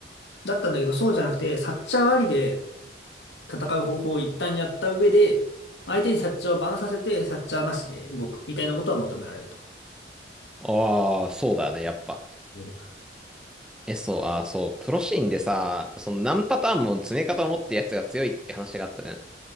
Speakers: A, on the left; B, in the centre.
A: だったんだけど、そうじゃなくて、サッチャーありで戦う方法を一旦やった上で、相手にサッチャーをバンさせて、サッチャーなしで動く、みたいなことは求められると。
B: ああ、そうだね、やっぱ。
A: うん。
B: え、そう、あ、そう、プロシーンでさ、その何パターンも詰め方を持ってるやつが強いっていう話があったじゃん。